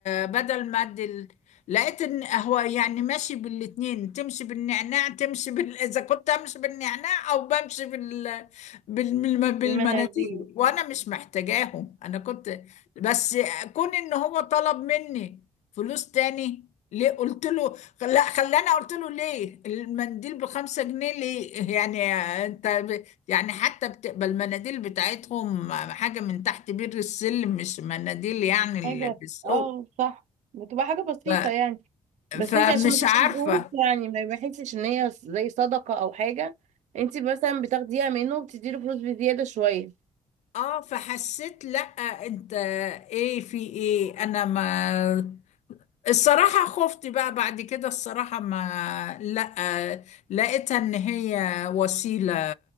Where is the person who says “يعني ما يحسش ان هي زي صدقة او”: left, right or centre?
Right